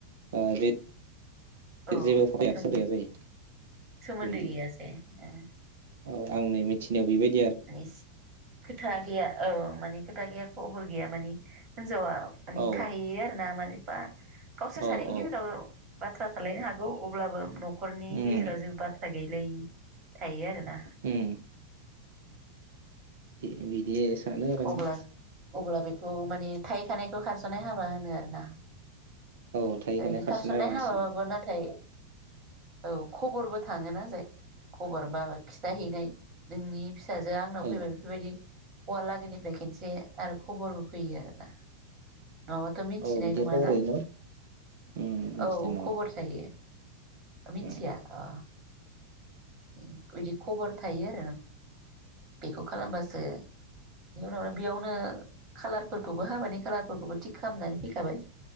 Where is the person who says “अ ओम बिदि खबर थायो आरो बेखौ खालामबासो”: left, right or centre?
Right